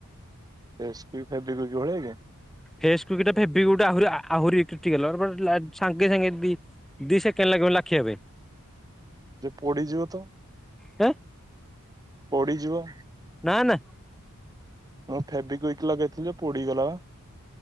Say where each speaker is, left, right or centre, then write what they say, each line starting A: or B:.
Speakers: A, on the right; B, in the centre.
A: ଫେସ୍ କୁଇକ୍ ଫେବି କୁଇକ୍ ଭଳିଆ କି
B: <unintelligible> ଦି ସେକେଣ୍ଡ ଲାଖିବ ନି ଲାଖିବା ପାଇଁ।
A: ଯେ ପୋଡିଯିବ ତ?
B: ହେଁ
A: ପଡ଼ିଯିବ?
B: ନା ନା।
A: ହଁ ଫେବିକୁୟିକ୍ ଲଗେଇଥିଲି ଏ ପୋଡିଗଲା ବା।